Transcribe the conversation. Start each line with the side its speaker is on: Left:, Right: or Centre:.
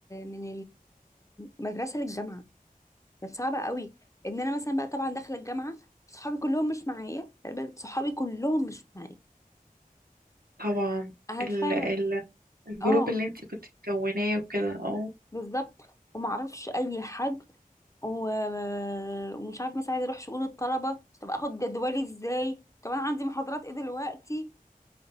Left: من المدرسة للجامعة كانت صعبة قوي ان انا مثلا بقى طبعا داخلة الجامعة صحابي كلهم مش معايا تقريبا صحابي كلهم مش معايا
Right: طبعا
Left: عارفة
Right: ال ال الجروب
Left: اه
Right: اللي انت كنت مكوناه وكده اه
Left: بالظبط ومعرفش اي حد و- ومش عارف مثلا عايزة اروح شؤون الطلبة طب اخد جدولي ازاي طب انا عندي محاضرات ايه دلوقتي